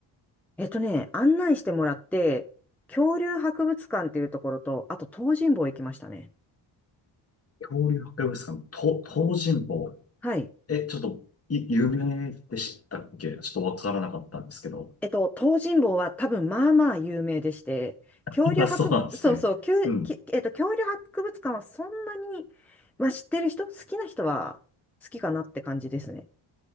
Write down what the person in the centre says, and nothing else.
えっとね、案内してもらって、恐竜博物館っていうところと、あと東尋坊行きましたね。
はい。
えっと、東尋坊は多分まあまあ有名でして、
恐竜博、
そうそう、きゅうきえっと、
恐竜博物館はそんなに、まあ知ってる人、好きな人は好きかなって感じですね。